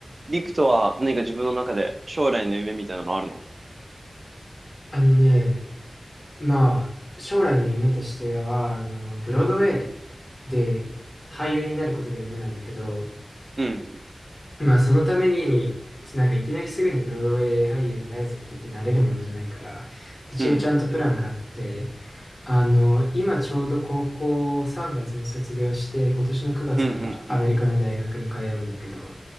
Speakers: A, on the right; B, on the left.
A: リクとは何か自分の中で将来の夢みたいなのあるの
B: あのね、まあ、将来の夢としては、あの、ブロードウェイで俳優になることが夢なんだけど、
A: うん。
B: まあ、そのために、なんかいきなりすぐにブロードウェイ俳優になるぞって言ってなれるものじゃないから、一応ちゃんとプランがあって、
A: うん。
B: あの、今ちょうど高校3月に卒業して、今年の9月からアメリカの大学に通うんだけど、
A: うんうんうん。